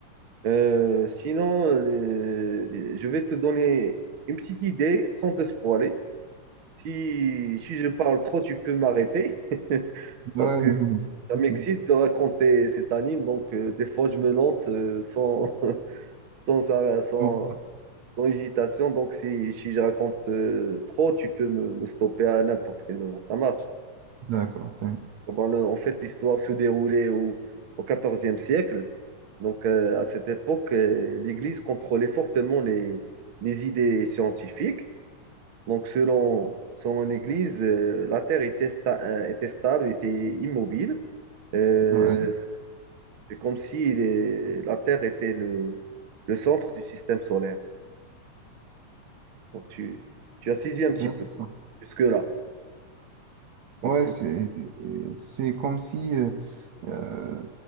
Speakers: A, on the right (about 50°); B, on the right (about 65°).
A: Euh, sinon, le- le- je vais te donner une petite idée sans te spoiler. Si, si je parle trop, tu peux m'arrêter <laughs>
B: Ouais,
A: parce que
B: <laughs> non,
A: ça
B: ok.
A: m'excite de raconter cet anime. Donc, euh, des fois, je me lance euh, sans, <laughs> sans, ça- sans,
B: Bon,
A: sans hésitation. Donc, si, si je raconte euh, trop, tu peux me, me stopper à n'importe quel moment. Ça marche.
B: D'accord, d'accord.
A: Ben, le- en fait, l'histoire se déroulait au, au 14 siècle. Donc, euh, à cette époque, euh, l'Église contrôlait fortement les, les idées scientifiques. Donc, selon, selon l'Église, euh, la Terre était, sta- euh, était stable, était immobile. Euh,
B: Ouais,
A: c'est comme si les- la Terre était le, le centre du système solaire. Donc, tu, tu as saisi un petit
B: d'accord.
A: peu jusque-là. Donc,
B: Ouais, c'est euh, c'est comme si euh, euh,